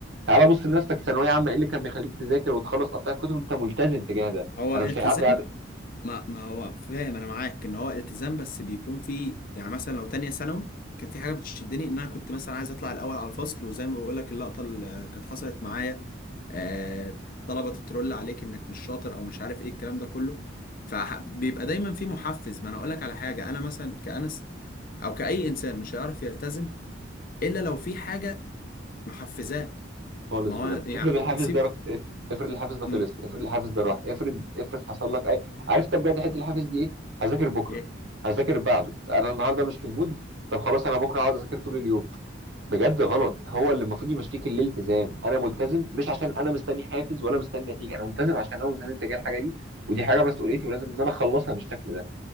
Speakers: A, on the right (about 70°); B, on the left (about 45°).
A: تعالى بص لنفسك في ثانويه عامه ايه اللي كان بيخليك تذاكر وتخلص قطع الكتب انت ملتزم تجاه ده
B: هو
A: انا
B: التزام
A: مش هيعدي على
B: ما ما هو فاهم انا معاك ان هو التزام بس بيكون في يعني مثلا لو تانية ثانوي كان في حاجة بتشدني ان انا كنت مثلا عايز اطلع الاول على الفصل وزي ما بقول لك اللقطة اللي كانت حصلت معايا آه طلبة تترول عليك انك مش شاطر او مش عارف ايه الكلام ده كله فبيبقى دايما في محفز ما انا اقول لك على حاجة انا مثلا كأنس او كأي انسان مش هيعرف يلتزم الا لو في حاجة محفزاه
A: خالص
B: ما هو
A: بجد
B: يعني
A: افرض الحافز
B: سيب
A: ده رخ... اف- افرض الحافز ده خلص
B: مم.
A: افرض الحافز ده راح افرض افرض حصل لك اي عرفت بجد حته الحافز دي ايه هذاكر بكره
B: ايه
A: هذاكر بعده انا النهارده مش في المود طب خلاص انا بكره هقعد اذاكر طول اليوم بجد غلط هو اللي المفروض يمشيك الالتزام انا ملتزم مش عشان انا مستني حافز ولا مستني نتيجه انا ملتزم عشان انا ملتزم تجاه الحاجه دي ودي حاجه مسؤوليتي ولازم ان انا اخلصها بالشكل ده